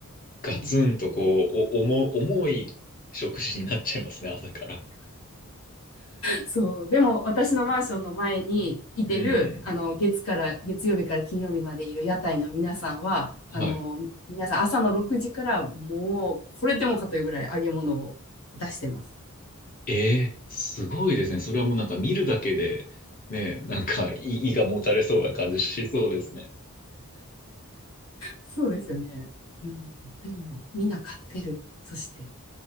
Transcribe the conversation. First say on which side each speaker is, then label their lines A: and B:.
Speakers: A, on the left; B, on the left.
A: ガツンとこう、
B: でも、うん
A: お、重、重い食事になっちゃいますね、朝から。
B: そう。でも、私のマンションの前にいてる、
A: うんう
B: あの、月から、月曜日から金曜日までいる屋台の皆さんは、あの、
A: ん。はい。
B: 皆さん朝の6時からもう、これでもかというぐらい揚げ物を出してます。
A: えー、すごいですね。それはもうなんか見るだけで、ね、なんか胃、胃がもたれそうな感じしそうですね。
B: そうですよね。うん。でも、みんな買ってる。そして、